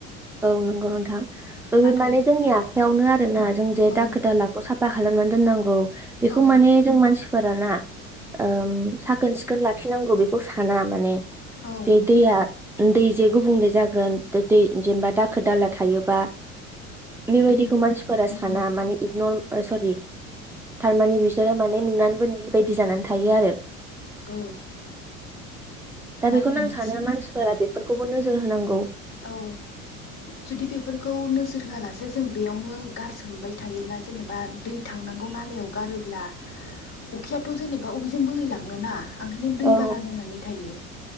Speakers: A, in the centre; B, on the left (about 35°).
A: औ नंगौ नोंथां थह
B: नाथाय
A: बे माने जोंनि आखायावनो आरोना जों जे
B: औ
A: दाखोर दालाखौ साफा खालामनानै। दोनांगौ बेखौ
B: औ
A: माने जों मानसि फोराना ओ साखोन सिखोन लाखिनांगौ बेखौ साना। माने
B: औ
A: जे दैया दै जे गुबुंले जागोन दै दै। जेनेबा दाखो दाला थायोबा बेबायदिखौ
B: दै
A: मानसिफोरा
B: उम
A: साना माने इगनर सरि थारमाने बिसोरो माने नुनानैबो नुयै बदि जानानै थायो आरो।
B: औ
A: दा
B: माने
A: बेखौनो
B: बिदिनो
A: आं सानो मानसिफोरा बेफोरखौबो नोजो। जोर होनांगौ।
B: औ जुदि बेफोरखौ नोजोर होआलासे जों बेयावनो गारसोमबाय थायोब्ला जेनेबा दै थांना। नांगौ नालायाव गारोब्ला अखायथ' जेनेबा अबेजों बोहैलांनोना। ओंखायनो दैबाना
A: औ
B: जानानै थायो।